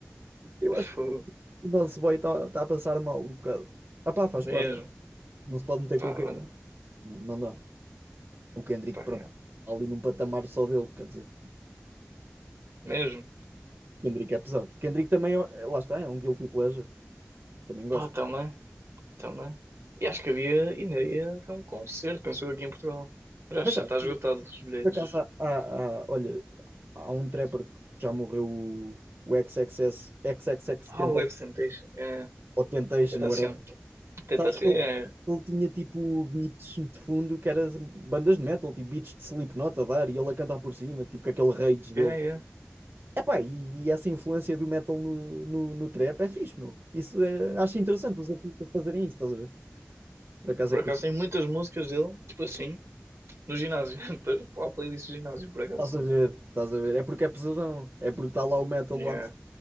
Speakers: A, on the right; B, on the right.
A: Eu acho que
B: Fogo.
A: o nosso boy está está a passar mal um bocado. Ah pá, faz
B: Mesmo.
A: parte. Não se pode meter
B: Pá,
A: com o Kendrick.
B: olha.
A: Não, não dá. O Kendrick,
B: pá,
A: pronto,
B: yeah.
A: está ali num patamar só dele, quer dizer.
B: Mesmo.
A: Kendrick é pesado. Kendrick também, é- lá está, é um guilty pleasure. Também gosto.
B: Pá, também. Também. E acho que havia, ainda ia haver um concerto, pensou aqui em Portugal. Mas acho
A: Mas
B: que
A: sabe?
B: já está esgotado os bilhetes.
A: Por acaso, há, há- há- olha, há um trapper que já morreu, o, o XXS, XXX
B: Ah,
A: Tentacion,
B: o Web Temptation. É.
A: ou Temptation,
B: Tentação.
A: whatever.
B: Tentação.
A: Sabes que ele,
B: É.
A: ele tinha tipo beats de fundo que era bandas de metal, tipo beats de Slipknot a dar e ele a cantar por cima, tipo com aquele rage dele.
B: É, é. é.
A: Epá, e, e essa influência do metal no, no, no trap é fixe, meu. Isso é, acho interessante os artistas fazerem isso, estás a ver? Por acaso
B: Por
A: é curioso.
B: acaso tem muitas músicas dele, tipo assim, no ginásio. <laughs> Para a playlist do ginásio, por acaso.
A: Estás a ver, estás a ver. É porque é pesadão, é porque está lá o metal
B: é
A: lá.